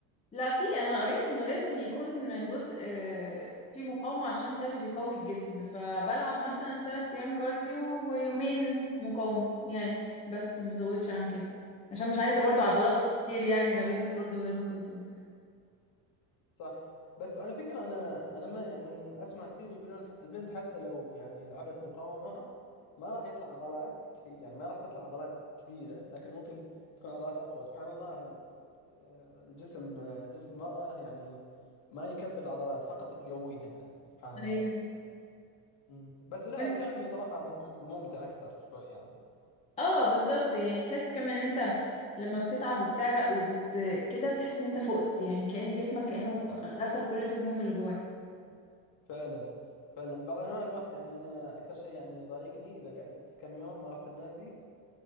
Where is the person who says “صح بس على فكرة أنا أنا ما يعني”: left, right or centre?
Left